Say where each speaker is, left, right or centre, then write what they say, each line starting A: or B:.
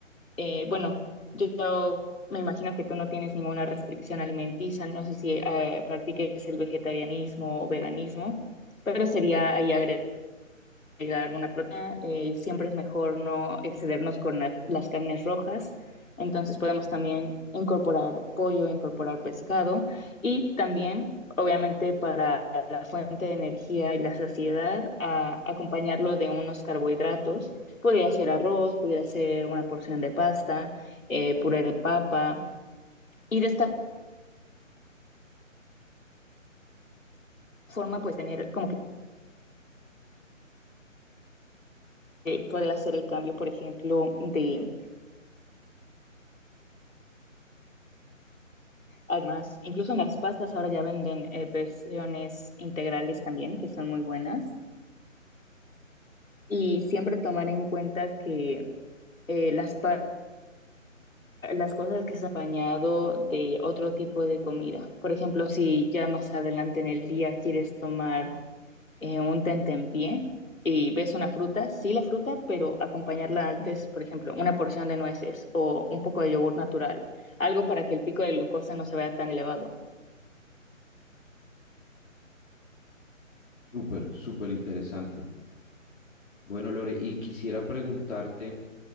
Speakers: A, on the left; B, on the left.
A: Eh, bueno, yo, yo me imagino que tú no tienes ninguna restricción alimenticia, no sé si eh, practiques el vegetarianismo o veganismo, pero sería ahí agregar agregar alguna proteína, eh, siempre es mejor no excedernos con la- las carnes rojas. Entonces podemos también incorporar pollo, incorporar pescado y también, obviamente, para la fuente de energía y la saciedad, a- acompañarlo de unos carbohidratos. Podría ser arroz, podría ser una porción de pasta, eh, puré de papa. Y de esta forma, pues tener como que poder hacer el cambio, por ejemplo, de Además, incluso en las pastas ahora ya venden eh, versiones integrales también, que son muy buenas. Y siempre tomar en cuenta que eh, las, pa- las cosas que se han acompañado de otro tipo de comida. Por ejemplo, si ya más adelante en el día quieres tomar eh, un tentempié y ves una fruta, sí la fruta, pero acompañarla antes, por ejemplo, una porción de nueces o un poco de yogur natural, algo para que el pico de glucosa no se vea tan elevado.
B: Súper, súper interesante. Bueno, Lore, y quisiera preguntarte.